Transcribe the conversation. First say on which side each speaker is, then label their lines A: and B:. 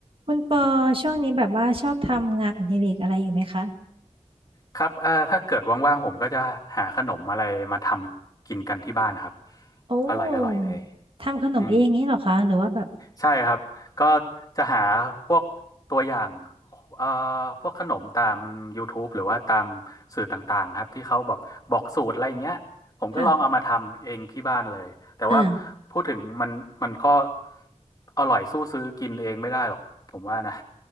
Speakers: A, on the right; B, on the left.
A: คุณปอช่วงนี้แบบว่าชอบทำงานอดิเรกอะไรอยู่ไหมคะ
B: ครับเอ่อถ้าเกิดว่างๆผมก็จะหาขนมอะไรมาทำกินกันที่บ้านนะครับ
A: โอ
B: อร่อยอร่อยเลย
A: ้ทำขนมเองนี่เหรอคะหรือว่าแบบ
B: อืม ใช่ครับก็จะหาพวกตัวอย่างเอ่อพวกขนมตาม YouTube หรือว่าตามสื่อต่างๆครับที่เขาแบบบอกสูตรอะไรอย่างเงี้ยผมก็ลองเอามาทำเองที่บ้านเลยแต่ว่า
A: ค่ะอ่า
B: พูดถึงมันมันก็อร่อยสู้ซื้อกินเองไม่ได้หรอกผมว่านะ